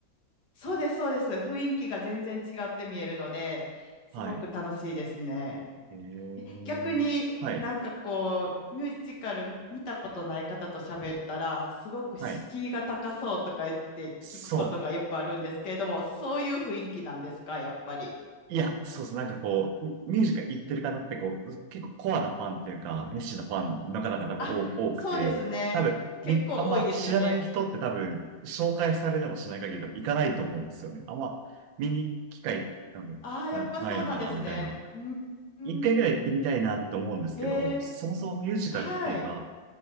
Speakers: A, on the left (about 60°); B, on the right (about 80°).
A: そうです。そうです。雰囲気が全然違って見えるので、すごく楽しいですね。
B: はい。えー、
A: 逆になんかこう、
B: はい。
A: ミュージカル見たことない方と喋ったら、すごく敷居が高そうとか言って聞くことがよくあるんですけれども、
B: はい。そう。
A: そういう雰囲気なんですか、やっぱり。
B: いや、そうそなんかこう、ミュージカル行ってる方ってこう、結構コアなファンっていうか、熱心なファンの方々も多多くて、
A: あ、そうですね。
B: 多分、
A: 結構多いですよね。
B: み、あんま知らない人って多分、紹介されてもしない限り多分行かないと思うんですよね。あんま見に行く機会多分な、
A: ああ、やっぱそうなんですね。
B: ないのかな、みたいな。
A: うん。うん
B: 一回ぐらい行ってみたいなって思うんですけど、
A: へえ、
B: そもそもミュージカルっていうか、
A: はい。